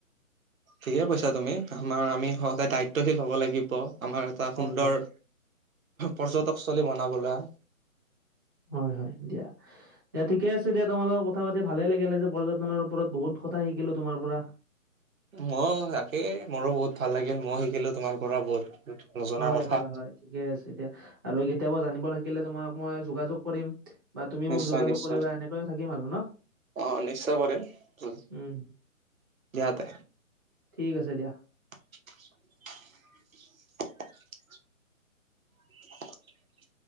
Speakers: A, on the right (about 70°); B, on the right (about 15°).
A: ঠিকে কৈছা তুমি আমাৰ আমি সদায় দায়িত্বশীল হ'ব লাগিব। আমাৰ এটা
B: হয়,
A: সুন্দৰ
B: হয়,
A: পৰ্যটকস্থলী বনাবলৈ
B: হয় হয় দিয়া। দিয়া ঠিকে আছে দিয়া তোমাল লগত কথা পাতি ভালে লাগিলে যে পৰ্যটনৰ ওপৰত বহুত কথা শিকিলো তোমাৰ পৰা
A: মই তাকেই মোৰো বহুত ভাল লাগিল মই শিকিলো তোমাৰ পৰা বহুত নজনা
B: হয়
A: কথা
B: হয় হয় ঠিকে আছে দিয়া আৰু কেতিয়াবা জানিব লাগিলে তোমাক মই যোগাযোগ কৰিম বা তুমি
A: নিশ্চয়
B: মোক যোগাযোগ
A: নিশ্চয়
B: কৰিবা এনেকয় থাকিম আৰু ন
A: অ নিশ্চয় কৰিম
B: উম
A: দিয়া তে
B: ঠিক আছে দিয়া
A: <unintelligible> <unintelligible> <unintelligible>